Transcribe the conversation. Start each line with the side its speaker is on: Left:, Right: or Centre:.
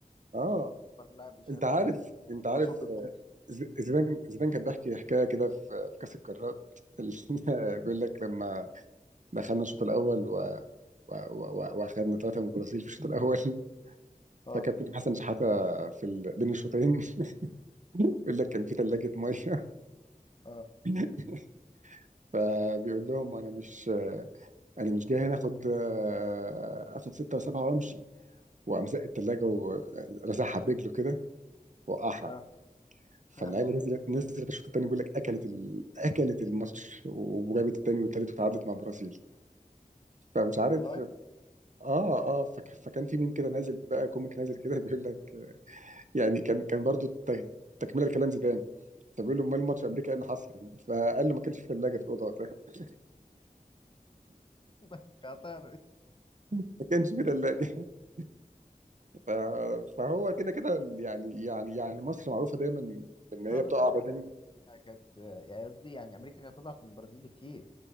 Right: أه
Left: اكبر لاعب يشارك
Right: أنت عارف
Left: في كاس العالم
Right: أنت عارف
Left: ويصد البنك
Right: ز- زيدان زيدان كان بيحكي حكاية كده في في كأس القارات <laughs> اللي بيقول لك لما دخلنا الشوط الأول و... و... و... و- وأخدنا ثلاثة من البرازيل في الشوط الأول <laughs>
Left: اه
Right: فكابتن حسن شحاتة في ال... بين الشوطين <laughs> بيقول لك كان في ثلاجة مية
Left: اه
Right: <laughs> فبيقول لهم أنا مش انا مش جاي هنا اخد آه، اخد ستة وسبعة وامشي وقام زق التلاجة ورزعها برجله كده وقعها
Left: اه
Right: فاللعيبه
Left: <laughs>
Right: نزلت نزلت الشوط الثاني بيقول لك اكلت ال... اكلت الماتش وجابت الثاني والثالث وتعادلت مع البرازيل فمش عارف
Left: والله
Right: اه اه فك... فكان في ميم كده نازل بقى كوميك نازل كده <laughs> بيقول لك يعني كان كان برضو الت... تكمله لكلام زيدان فبيقول له امال الماتش امريكا ايه اللي حصل؟ فقال له ما كانش في ثلاجه في الاوضه وقتها <laughs>
Left: <laughs> قاطعنا دي
Right: ما كانش في ثلاجه <laughs> ف... فهو كده كده يعني يعني يعني مصر معروفه دايما بان هي
Left: محمد
Right: بتقع
Left: ساعات
Right: بدني
Left: كانت يعني قصدي يعني امريكا كانت اضعف من البرازيل بكتير